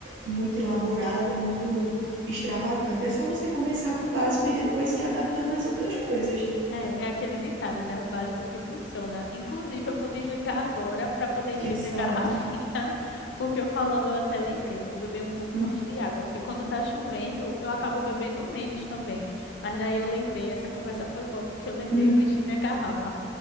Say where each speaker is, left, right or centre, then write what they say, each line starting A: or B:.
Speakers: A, on the right (about 80°); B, on the left (about 65°).
A: muito elaborada, muito extravagante. É só você começar com o básico e depois ir adaptando às outras coisas.
B: É, é aquele ditado, né? O básico que funciona. Inclusive, eu vou desligar agora para poder encher
A: Exato.
B: minha garrafinha, <laughs> porque eu falando eu até lembrei, eu vou beber um pouco
A: <laughs>
B: mais de água, porque quando tá chovendo, eu acabo bebendo menos também. Mas daí eu lembrei, essa conversa foi boa, porque eu lembrei
A: Uhum.
B: e vou encher minha garrafa.